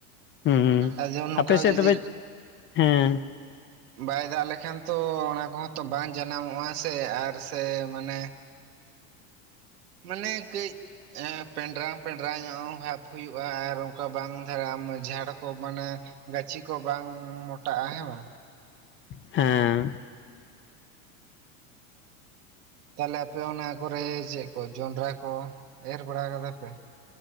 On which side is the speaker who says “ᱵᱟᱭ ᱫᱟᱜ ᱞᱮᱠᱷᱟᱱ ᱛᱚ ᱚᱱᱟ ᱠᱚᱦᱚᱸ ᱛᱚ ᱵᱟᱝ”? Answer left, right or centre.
Right